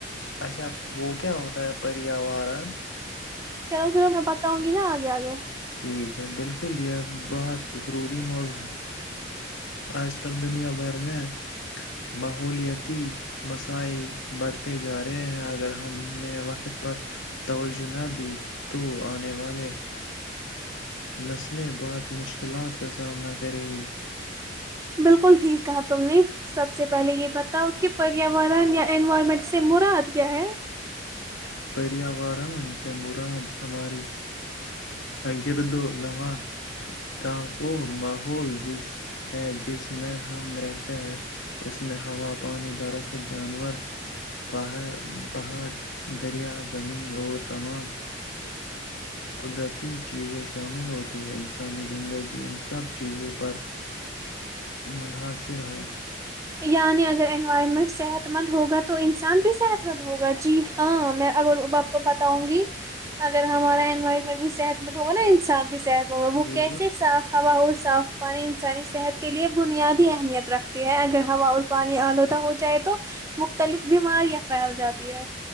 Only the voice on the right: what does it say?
چلو فھر میں پتا ہں گی نا آگے آگے
بالکل ٹھیک کہا تم نے سب سے پہلے یہ بتا بتا کی پریاورن یا انوائرمنٹ سے مرا ہاد کیا ہے
یعنی اگر انوائرمنٹ صحت مند ہوگا تو انسان بھی صحت مند ہوگا جی ہاں میں اگر آپ کو ب وں گی اگر ہمارا انوائرمنٹ بھی صحت مند ہوگا نا انسان ب صت مگا وہ
کیسے
صاف ہوا اور صاف پانی انسانی صحت کے لیے بنیاد اہمیت رکھ اگر ہا اور پانی آلودہ ہو جائے تو مختلف بیماریاں پھیل جاتی ہیں